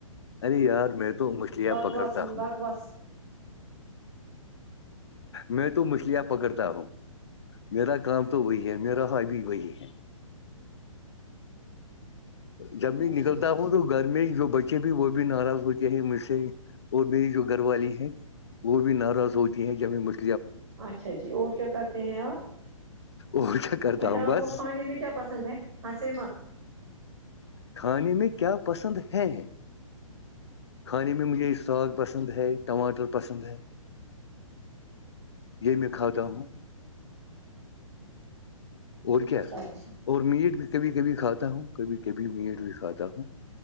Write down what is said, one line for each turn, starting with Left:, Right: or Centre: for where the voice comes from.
Left: ارے یار میں تو مچھلیاں
Right: بکواس
Left: پکڑتا ہوں
Right: بکواس
Left: میں تو مچھلیاں پکڑتا ہوں میرا کام تو وہی ہے میرا ہابی وہی ہے جمی
Right: اچھا
Left: نکلتا
Right: جی
Left: ہو تو <unintelligible> گھر میں جو بچے بھی وہ بھی ناراض ہوتے ہیں مجھ سے اور میری جو گھر والی ہے وہ بھی ناراض ہوتی ہیں کہب م <unintelligible>
Right: اچھا جی اور کیا کرتے ہیں آپ
Left: اور کیا کرتا
Right: اچھا
Left: ہوں
Right: آپ
Left: بس
Right: کو کھانے میں کیا پسند ہے ہس مت
Left: کھانے میں کیا پسند ہیں کھانے میں مجھے ساگ پسند ہے ٹماٹر پسند ہے یہیمی کھاتا ہوں اور کیا
Right: اچھا اچھا
Left: اور میٹ بھی کبھی کبھی کھاتا ہوں کبھی کبھی میٹ بھی کھاتا ہوں